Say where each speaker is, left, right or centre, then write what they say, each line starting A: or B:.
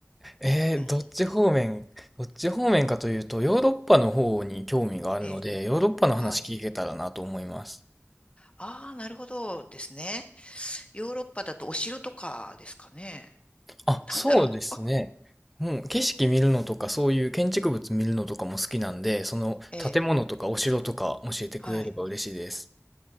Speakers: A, in the centre; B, on the left.
A: えー、
B: うん、
A: どっち方面、どっち方面かというと、ヨーロッパの方に興味があるので、
B: ええ、
A: ヨーロッパの話聞けたらなと思います。
B: はい。ああ、なるほどですね。ヨーロッパだとお城とかですかね。
A: あ、
B: なんだろ
A: そうですね。うん、景色見るのとか、そういう建築物見るのとかも好きなんで、その建物とかお城とか教えてくれれば嬉しいです。
B: う。ええ、はい。